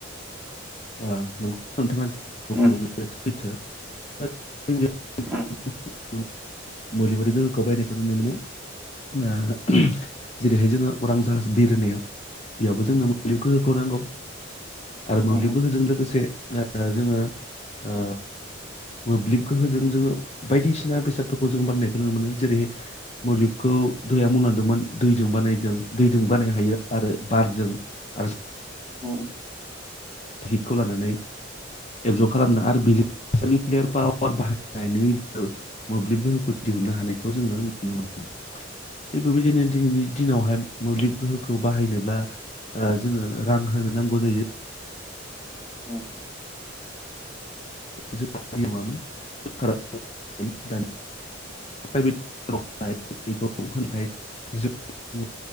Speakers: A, on the left (about 35°); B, in the centre.
A: आ
B: उम
A: <unintelligible>
B: उम
A: मुलिबि गोहोखौ बायदिखौ नुनो मोनो। जेरैहाय जोङो उरां जाहाज बिरहोरनायाव बेयावबो जोंनो मोब्लिब गोहोखौ नांगौ। आरो मोब्लिबोफोरजों
B: उम
A: लोगोसे ओ जोङो ओ मोब्लिब गोहोजों जोङो बायदिसिना बेसादफो रांखौ जों बानायनायखौ नुनो मोनो जेरै मोब्लिबखौ दैया मांदोंमोन दैजों बानायदों। दैजों बानाय हायो आरो बारजों आरो
B: अ
A: हितखौ लानानै एबजरब खालामनो आरो बिजो निउक्लियार पावार बाहायनानैबो मोब्लिब गोहोखौ दिहुनन्नो हानायखौ जोङो नुनो मोनो थिग बेबायदिनो दिनैनि दिनावहाय मोब्लिब गोहोखौ बाहायनोब्ला ओ जोङो रां होनो नांगौ जायो
B: औ
A: ज नङामोनखारा <unintelligible> द <unintelligible> प्राइभेटखौ होनायखाय जों